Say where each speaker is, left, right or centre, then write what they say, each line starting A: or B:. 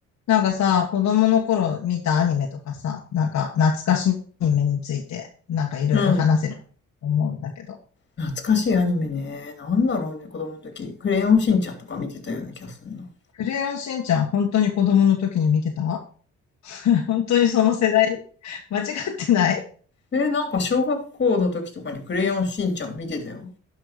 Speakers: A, on the left; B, on the left.
A: なんかさ、子供の頃見たアニメとかさ、なんか懐かしいアニメについて、なんかいろいろ話せると思うんだけど。
B: うん。懐かしいアニメね。なんだろうね、子供の時。クレヨンしんちゃんとか見てたような気がするな。
A: クレヨンしんちゃん、本当に子供の時に見てた <laughs> 本当にその世代 <laughs> 間違ってない
B: えーなんか小学校の時とかにクレヨンしんちゃん見てたよ。